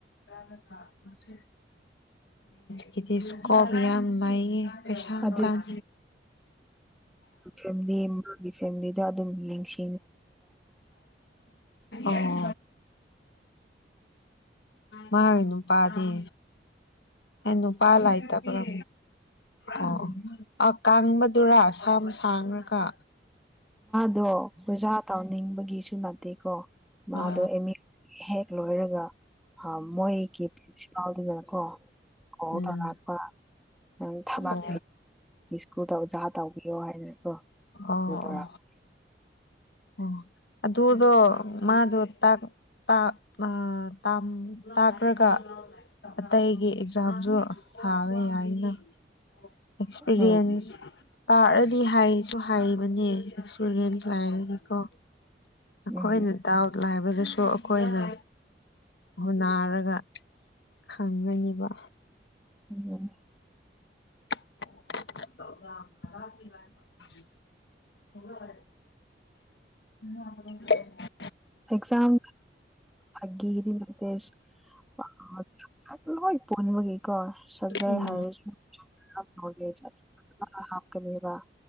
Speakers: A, on the left; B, in the centre.
A: ꯃꯦꯊꯁ ꯀꯤꯗꯤ ꯏꯁꯀꯣꯞ ꯌꯥꯝ ꯂꯩꯌꯦ ꯄꯩꯁꯥ
B: ꯑꯗꯨ
A: ꯇꯥꯟ
B: ꯀ ꯐꯦꯃꯤꯂꯤꯗ ꯑꯗꯨꯝ ꯌꯦꯡꯁꯤ
A: ꯑꯣ ꯃꯥꯒꯤ ꯅꯨꯄꯥꯗꯤ ꯅꯨꯄꯥ ꯂꯩꯇꯕꯔ ꯑꯣ
B: ꯎꯝ
A: ꯀꯥꯡꯕꯗꯨꯔꯥ ꯁꯝ ꯁꯥꯡꯈꯔꯒ
B: ꯑꯗꯣ ꯑꯣꯖꯥ ꯇꯧꯅꯤꯡꯕꯒꯤꯁꯨ ꯅꯠꯇꯦꯀꯣ ꯃꯥꯗꯣ
A: ꯑꯣ
B: ꯑꯦꯃꯤꯛ ꯍꯦꯛ ꯂꯣꯏꯔꯒ ꯍ ꯃꯣꯏꯒꯤ ꯄ꯭ꯔꯤꯟꯁꯤꯄꯥꯜꯗꯨꯅꯀꯣ ꯀꯣꯜ
A: ꯎꯝ
B: ꯇꯧꯔꯛꯄ ꯅꯪ ꯊꯕꯥꯛ
A: ꯑꯣ
B: ꯀꯀꯨꯗ ꯑꯣꯖꯥ ꯇꯧꯕꯤꯌꯣ ꯍꯥꯏꯗꯅꯀꯣꯗꯔ
A: ꯑꯣ
B: <unintelligible>
A: ꯑꯣ ꯑꯗꯨꯗꯣ ꯃꯥꯗꯣ ꯇꯥꯠ ꯇ ꯑ ꯇꯥꯝ ꯇꯥꯈ꯭ꯔꯒ ꯑꯇꯩꯒꯤ ꯑꯦꯛꯖꯥꯝꯁꯨ ꯊꯥꯕ ꯌꯥꯏꯅ ꯑꯦꯛꯁꯄꯤꯔꯤꯌꯦꯟꯁ
B: ꯎꯝ
A: ꯇꯥꯔꯗꯤ ꯍꯥꯏꯁꯨ ꯍꯥꯏꯕꯅꯦ ꯑꯁ ꯏꯁꯨꯔꯦꯟ ꯂꯥꯏꯔꯗꯤꯀꯣ ꯅꯈꯣꯏꯅ
B: ꯎꯝ
A: ꯗꯥꯎꯠ ꯂꯕ <unintelligible> ꯑꯗꯨꯁꯨ ꯑꯩꯈꯣꯏꯅ ꯍꯨꯟꯅꯥꯔꯒ ꯈꯪꯒꯅꯤꯕ
B: ꯎꯝ
A: <unintelligible>
B: ꯑꯦꯛꯖꯥꯝ ꯑꯟꯏꯟꯇꯦꯜꯂꯤꯖꯦꯕꯜ <unintelligible> <inaudible> ꯀꯣ ꯁꯞꯖꯦꯛ
A: ꯎꯝ
B: ꯍꯥꯏꯔꯁꯨ
A: ꯎꯝ
B: <unintelligible> ꯍꯥꯞꯀꯅꯦꯕ